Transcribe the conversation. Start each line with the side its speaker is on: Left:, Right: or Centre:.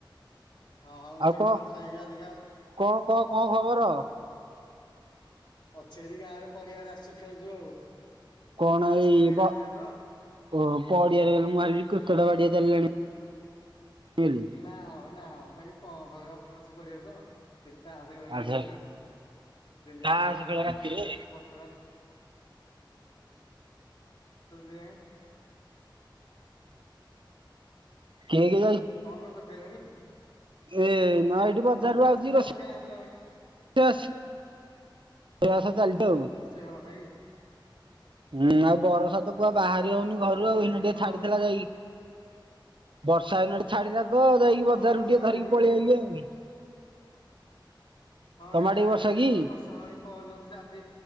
Left: ହଁ ହଉ ଟିକେ
Right: କହ
Left: କଥା ହେଇଯିବା ଅଧିକା ଆଉ।
Right: କଣ କଣ କଣ ଖବର?
Left: ଅଛି ଏଇଠି ଗାଁ ରେ ପଡିଆ ଆଡେ ଆସିଛୁ ଖେଳଛୁ ଆଉ।
Right: କଣ
Left: ତାସ
Right: ଏଇ
Left: ଖେଳ ଟିକେ
Right: ପ୍
Left: ଚାଲିଥିଲା ତ
Right: ପ ପଡିଆରେ ମୁଁ ଭାବିଲି କ୍ରିକେଟ୍ ବାଡ଼ିଆ ଚାଲିଲାଣି। <unintelligible>
Left: <unintelligible> ଚିନ୍ତା ଆହୁରି ଅଧିକ
Right: ଆଚ୍ଛା
Left: ହୋଉଛି ଆଉ ଡେଲି ରାତିରେ
Right: ତାସ
Left: ଆଉ
Right: ଖେଳ ରାତିରେ
Left: ବାସ। <unintelligible>
Right: କିଏ
Left: ଆଉ
Right: କିଏ
Left: କଣ କରୁଛ ଖାଇଲଣି?
Right: ଇଏ ନା ଏଇଠୁ ବଜାରରୁ
Left: ଆମେ ଆସିଥିଲୁ
Right: ଆଉଛି ରୋଷ
Left: ଆମ ଗାଁ ପିଲା ଗୁଡା ଆଉ
Right: ଇ ବାସ ପ୍ରୟାସ ଚାଲିଛି ଆଉ।
Left: ରୋଷେଇ ହବା ନାଗି।
Right: ହୁଁ ଆଉ ବରସା ତ ପୁରା ବାହାରି ହୋଉନି ଘରୁ
Left: ରୋଷେଇ
Right: ଆଉ ଏଇନା ଟିକେ
Left: କଣ
Right: ଛାଡିଥିଲା
Left: ରୋଷେଇ
Right: ଯାଇକି। ବର୍ଷା ଏଇନା ଟିକେ ଛାଡ଼ିଥିଲା ତ ଯାଇକି ବଜାରକୁ
Left: ହଁ ଆମ
Right: ଟିକେ
Left: ଆଡେ
Right: ଧରିକି
Left: ବି
Right: ପଳେଇ ଆଇଲି ଆଉ।
Left: ହଁ
Right: ତମ
Left: ଗାଁ
Right: ଆଡେ କି
Left: ରେ
Right: ବର୍ଷା
Left: ବି ତ ସେଇଆ
Right: କି?
Left: ପା ବର୍ଷା ହେଲାଣି ପହର ଦିନଠୁ ଯେ ଆଜି